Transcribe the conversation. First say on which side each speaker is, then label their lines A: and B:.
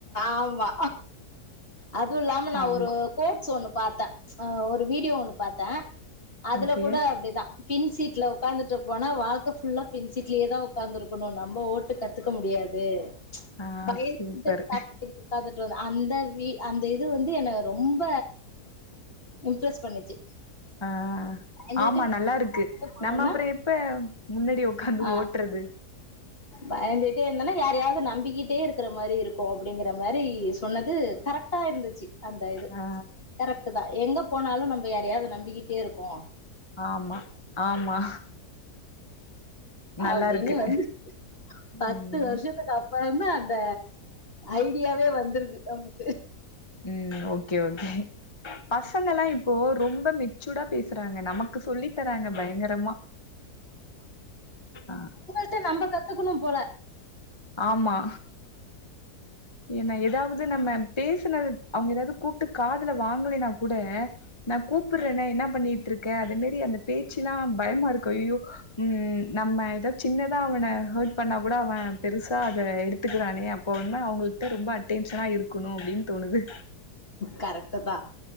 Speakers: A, on the left; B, on the left.
A: ஆமா அதுவு இல்லாம நா
B: ஆமா
A: ஒரு கோட்ஸ் ஒன்னு பாத்த ஒரு வீடியோ ஒன்னு பாத்த அதுல
B: ஓகே
A: கூட அப்டிதா பின்சீட்ல உக்காந்துட்டு போனா வாழ்க்க ஃபுல்லா பின்சீட்லயேதா உக்காந்துருக்கணு நம்ப ஓட் டு கத்துக்க முடியாது
B: ஆ
A: பயந்து
B: சூப்பர்
A: உக்காந்துட்டு வந்த அந்த வீ அந்த இது வந்து என்ன ரொம்ப இம்ப்ரஸ் பண்ணுச்சு
B: ஆ
A: பயந்துகிட்டு
B: ஆமா நல்லாருக்கு
A: போனோம்னா
B: நம்ம அப்ற எப்ப முன்னாடி உக்காந்து
A: ஆ
B: ஓட்றது
A: பயந்துட்டே இருந்தோனா யாரையாவது நம்பிக்கிட்டே இருக்கிற மாரி இருக்கு அப்டிங்கிற மாரி சொன்னது கரெக்ட் ட்டா இருந்துச்சு அந்த இது
B: ஆ
A: கரெக்ட்தா எங்க போனாலு நம்ம யாரையாவது நம்பிக்கிட்டே இருக்கோ
B: ஆமா ஆமா நல்லா
A: அப்டின்னு
B: இருக்கு
A: வந்து பத்து
B: ம்
A: வருஷத்துக்கு அப் பறந்தா அந்த ஐடியாவே வந்துருக்கு அவனுக்கு
B: ம் ஓகே ஓகே பசங்கல்லா இப்போ ரொம்ப மெர்ச்சூடா பேசுறாங்க நமக்கு சொல்லி தராங்க பயங்கரமா ஆ
A: இத நம்ம கத்துக்கணு போல
B: ஆமா என்ன எதாவது நம்ம பேசுனது அவுங்க எதாவது கூப்ட்டு காதுல வாங்கலன்னா கூட நான் கூப்ட்றன்னே என்ன பண்ணிட்டு இருக்க அதே மாரி அந்த பேச்சிலா பயமா இருக்கு ஐயோ ம் நம்ம எதா சின்னதா அவனை ஹேர்ட் பண்ணா கூட அவன் பெருசா அத எடுத்துக்கிறானே அப்ப இன்னோ அவுங்ககிட்ட ரொம்ப அட்டென்ஷனா இருக்கணு அப்டின் தோணுது
A: கரெக்ட்டு தா